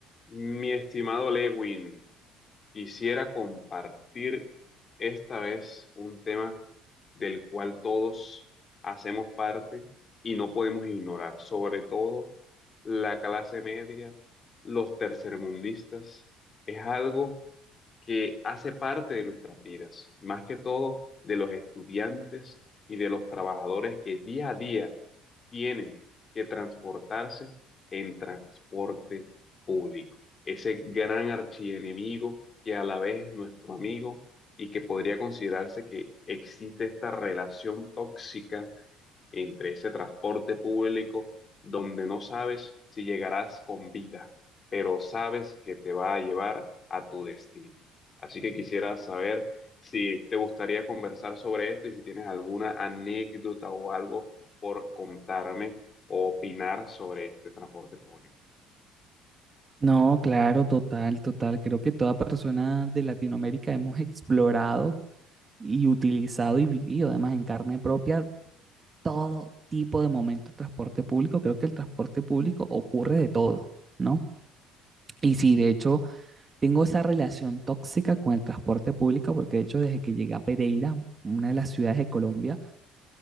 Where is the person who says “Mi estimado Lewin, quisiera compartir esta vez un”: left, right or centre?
Left